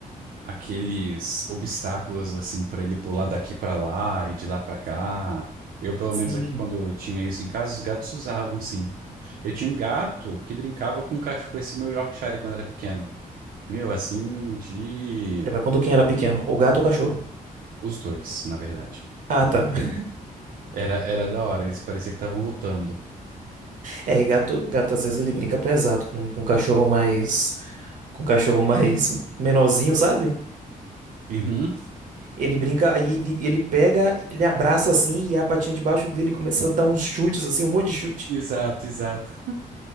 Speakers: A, on the right; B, on the right.
A: aqueles obstáculos assim para ele pular daqui para lá e de lá para cá. Eu, pelo
B: Sim.
A: menos aqui quando eu tinha isso em casa, os gatos usavam, sim. Eu tinha um gato que brincava com um cachorro, com esse meu Yorkshire quando era pequeno. Meu, assim, de
B: Pera, Mas quando quem era pequeno? O gato ou o cachorro?
A: os dois, na verdade.
B: Ah, tá. <laughs>
A: Era era da hora, eles parecia que estavam lutando.
B: É, e gato, gato às vezes ele brinca pesado com, com cachorro mais. Com cachorro mais menorzinho, sabe?
A: Uhum. <laughs>
B: Ele brinca, aí ele, ele pega, ele abraça assim e a patinha debaixo dele começa a dar uns chutes, assim, um monte de chute.
A: Exato, exato.